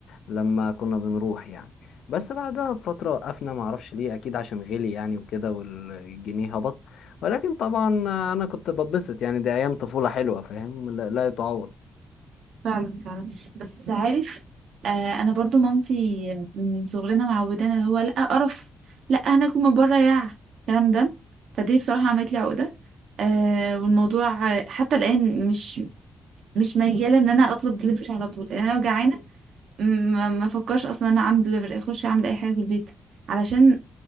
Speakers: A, on the left; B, on the right.
A: لما كنا بنروح يعني بس بعدها بفترة وقفنا معرفش ليه اكيد عشان غلي يعني وكده والجنيه هبط ولكن طبعا انا كنت ببسط يعني دي ايام طفولة حلوة فاهم لا لا يتعوض
B: فعلا فعلا بس عارف آه انا برضو مامتي من صغرنا معودانا اللي هو لا قرف لا هناكل من بره يا الكلام ده فدي بصراحه عملت لي عقده آه والموضوع آه، حتى الان مش مش مياله ان انا اطلب دليفري على طول لان انا لو جعانه م- ما افكرش اصلا ان انا اعمل دليفري اخش اعمل اي حاجه في البيت علشان